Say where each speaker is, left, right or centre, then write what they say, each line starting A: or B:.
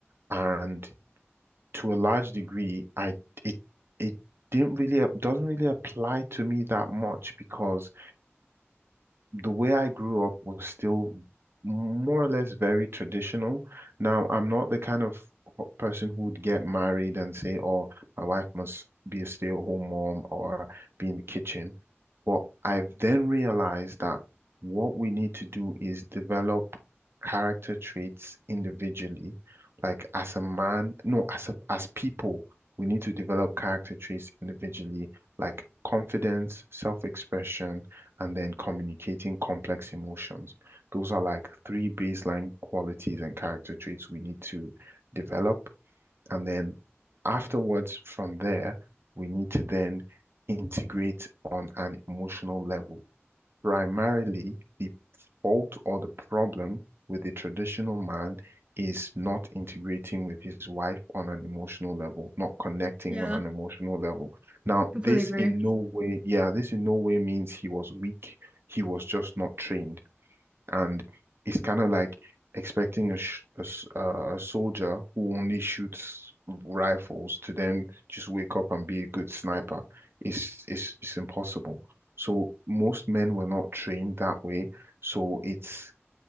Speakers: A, on the right (about 60°); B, on the right (about 25°).
A: and to a large degree, I it it didn't really doesn't really apply to me that much because the way I grew up was still more or less very traditional. Now, I'm not the kind of ho- person who would get married and say, oh, my wife must be a stay-at-home mom or be in the kitchen. But I've then realized that what we need to do is develop character traits individually. Like as a man, no, as a, as people, we need to develop character traits individually, like confidence, self-expression, and then communicating complex emotions. Those are like three baseline qualities and character traits we need to develop. And then afterwards, from there, we need to then integrate on an emotional level. Primarily, the fault or the problem with the traditional man is not integrating with his wife on an emotional level, not connecting
B: Yeah,
A: on an emotional level. Now,
B: completely
A: this
B: agree.
A: in no way, yeah, this in no way means he was weak. He was just not trained. And it's kind of like expecting a, sh a, s- uh, a soldier who only shoots rifles to then just wake up and be a good sniper. It's, it's, it's impossible. So most men were not trained that way. So it's